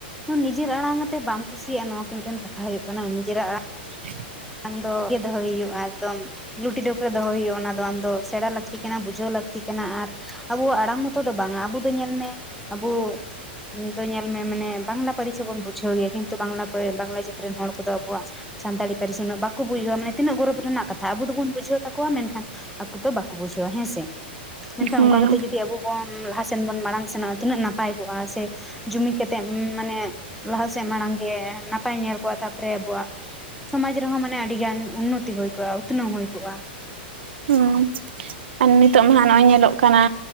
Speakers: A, in the centre; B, on the right (about 80°).
A: ᱦᱚᱸ ᱱᱤᱡᱮᱨ ᱟᱲᱟᱝᱛᱮ ᱵᱟᱢ ᱠᱩᱥᱤᱭᱟᱜᱼᱟ ᱱᱚᱶᱟ ᱠᱤ ᱢᱤᱫᱴᱟᱝ ᱠᱟᱛᱷᱟ ᱦᱩᱭᱩᱜ ᱠᱟᱱᱟ ᱱᱤᱡᱮᱨᱟᱜ ᱟᱲᱟᱝ
B: ᱦᱮᱸ <inaudible>
A: ᱫᱚ ᱜᱮ ᱫᱚᱦᱚᱭ ᱦᱩᱭᱩᱜᱼᱟ ᱮᱠᱫᱚᱢ ᱧᱩᱫ ᱰᱟᱹᱣᱠᱟᱹᱛ ᱫᱚᱦᱚᱭ ᱦᱩᱭᱩᱜᱜᱼᱟ ᱚᱱᱟ ᱫᱚ ᱟᱢ ᱥᱮᱬᱟ ᱞᱟᱹᱠᱛᱤ ᱠᱟᱱᱟ, ᱵᱩᱡᱷᱟᱹᱣ ᱞᱟᱹᱠᱛᱤ ᱠᱟᱱᱟ, ᱟᱨ ᱟᱵᱚᱣᱟᱜ ᱟᱲᱟᱝ ᱢᱚᱛᱚ ᱫᱚ ᱵᱟᱝᱟ ᱟᱵᱩ ᱫᱚ ᱧᱮᱞᱢᱮ ᱟᱵᱚ ᱫᱚ ᱧᱮᱞ ᱢᱮ ᱢᱟᱱᱮ ᱵᱟᱝᱞᱟ ᱯᱟᱹᱨᱤᱥ ᱥᱮ ᱵᱚᱱ ᱵᱩᱡᱷᱟᱹᱣ ᱜᱮᱭᱟ ᱠᱤᱱᱛᱩ ᱵᱟᱝᱞᱟ ᱵᱟᱝᱞᱟ ᱡᱟᱹᱛ ᱨᱮᱱ ᱦᱚᱲ ᱠᱚᱫᱚ ᱟᱵᱚᱣᱟᱜ ᱥᱟᱱᱛᱟᱲᱤ ᱯᱟᱨᱤᱥ ᱩᱱᱟᱜ ᱵᱟ ᱵᱩᱡᱷᱟᱹᱣᱟ ᱢᱟᱱᱮ ᱛᱤᱱᱟᱹᱜ ᱜᱚᱨᱚᱵ ᱨᱮᱱᱟᱜ ᱠᱟᱛᱷᱟ ᱟᱵᱚ ᱫᱚᱵᱚᱱ ᱵᱩᱡᱷᱟᱹᱣ ᱛᱟᱠᱚᱣᱟ ᱢᱮᱱᱠᱷᱟᱱ ᱟᱠᱚ ᱫᱚ ᱵᱟᱠᱚ ᱵᱩᱡᱷᱟᱹᱣᱟ ᱦᱮᱸᱥᱮ ᱢᱮᱱᱠᱷᱟᱱ
B: ᱦᱩᱸ
A: ᱚᱱᱠᱟ ᱠᱟᱛᱮᱜ ᱡᱩ ᱫᱤ ᱟᱵᱚ ᱵᱚᱱ ᱞᱟᱦᱟ ᱥᱮᱱ ᱵᱚᱱ ᱢᱟᱲᱟᱝ ᱥᱮᱱᱚᱜᱼᱟ, ᱛᱤᱱᱟᱹᱜ ᱱᱟᱯᱟᱭ ᱠᱚᱜᱼᱟ ᱦᱮᱸᱥᱮ? ᱡᱩᱢᱤᱛ ᱠᱟᱛᱮᱜ ᱢᱟᱱᱮ ᱞᱟᱦᱟᱥᱮᱫ ᱢᱟᱲᱟᱝ ᱜᱮ ᱱᱟᱯᱟᱭ ᱧᱮᱞ ᱠᱚᱜᱼᱟ, ᱛᱟᱯᱚᱨᱮ ᱟᱵᱚᱣᱟᱜ ᱥᱚᱢᱟᱡ ᱨᱮᱦᱚᱸ ᱢᱟᱱᱮ ᱟᱹᱰᱤ ᱜᱟᱱ ᱩᱱᱱᱚᱛᱤ ᱦᱩᱭ ᱠᱚᱜᱼᱟ ᱩᱛᱱᱟᱹᱣ ᱦᱩᱭ ᱠᱚᱜᱼᱟ᱾
B: ᱦᱩᱸ ᱟᱨ ᱱᱤᱛᱚᱜ ᱢᱟᱦᱟᱜ ᱱᱚᱜᱼᱚᱭ ᱧᱮᱞᱚᱜ ᱠᱟᱱᱟ